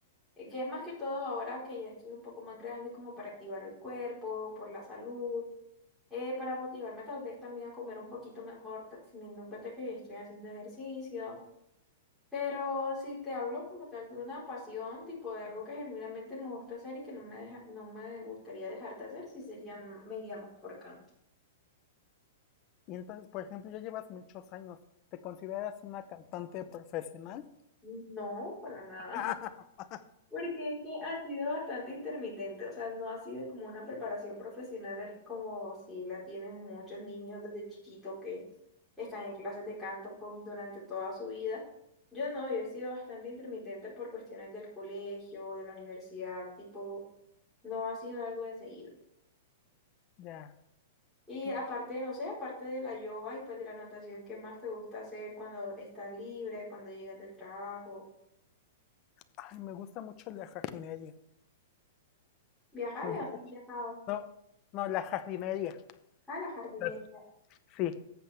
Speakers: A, in the centre; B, on the left (about 30°).
A: eh, que es más que todo ahora que ya estoy un poco más grande como para activar el cuerpo, por la salud eh, para motivarme tal vez también a comer un poquito mejor, ta- teniendo en cuenta que estoy haciendo ejercicio. Pero si te hablo como tal de una pasión, tipo de algo que genuinamente me gusta hacer y que no me deja- no me gustaría dejar de hacer, si sería, me iría más por canto.
B: Y entonces, por ejemplo, ya llevas muchos años. ¿Te consideras una cantante profesional?
A: No, para nada.
B: <laughs>
A: Porque es que ha sido bastante intermitente, o sea, no ha sido como una preparación profesional en- como si la tienen muchos niños desde chiquitos que están en clases de canto por- durante toda su vida. Yo no, yo he sido bastante intermitente por cuestiones del colegio, de la universidad, tipo, no ha sido algo de seguido.
B: Ya,
A: Y
B: claro.
A: aparte, no sé, aparte de la yoga y pues de la natación, ¿qué más te gusta hacer cuando estás libre, cuando llegas del trabajo?
B: Ay, me gusta mucho la jardinería.
A: Viajar,
B: Me gusta.
A: ¿a dónde has viajado?
B: No, no, la jardinería. <laughs>
A: A la jardinería.
B: Las- Sí,